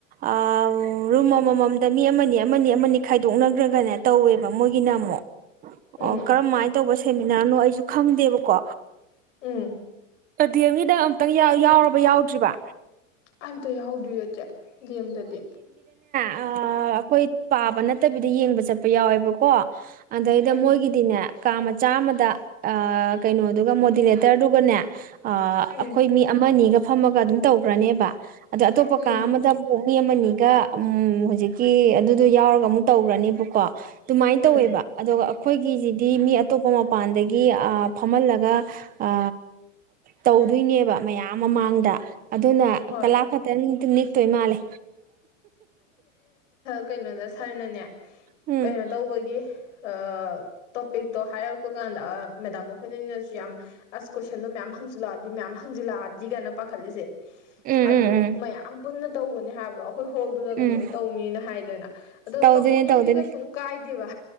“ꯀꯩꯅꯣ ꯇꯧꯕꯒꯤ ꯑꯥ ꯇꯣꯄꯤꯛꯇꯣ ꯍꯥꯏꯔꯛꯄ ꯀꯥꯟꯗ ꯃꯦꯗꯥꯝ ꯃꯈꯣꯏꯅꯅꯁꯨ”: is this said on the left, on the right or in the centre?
Left